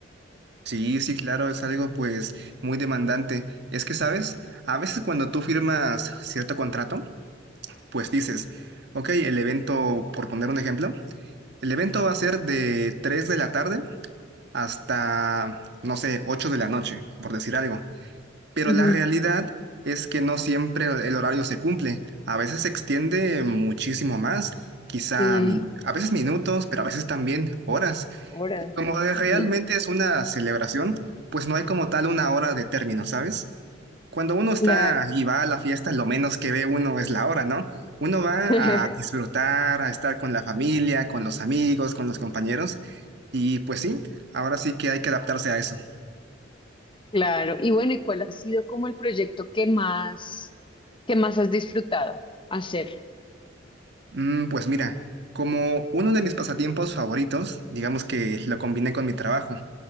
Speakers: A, on the right (about 60°); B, on the left (about 25°).
A: Sí, sí, claro, es algo pues muy demandante. Es que, ¿sabes? A veces cuando tú firmas cierto contrato, pues dices, ok, el evento, por poner un ejemplo, el evento va a ser de 3 de la tarde hasta, no sé, 8 de la noche, por decir algo. Pero
B: Ujú,
A: la realidad es que no siempre el el horario se cumple. A veces se extiende muchísimo más, quizá
B: Sí,
A: min- a veces minutos, pero a veces también horas.
B: Horas.
A: Y como re-
B: sí,
A: realmente es una celebración, pues no hay como tal una hora de término, ¿sabes? Cuando uno está
B: claro.
A: y va a la fiesta, lo menos que ve uno es la hora, ¿no? Uno va
B: <laughs>
A: a disfrutar, a estar con la familia, con los amigos, con los compañeros. Y pues sí, ahora sí que hay que adaptarse a eso.
B: Claro. Y bueno, ¿y cuál ha sido como el proyecto que más, que más has disfrutado hacer?
A: Mm, pues mira, como uno de mis pasatiempos favoritos, digamos que lo combiné con mi trabajo.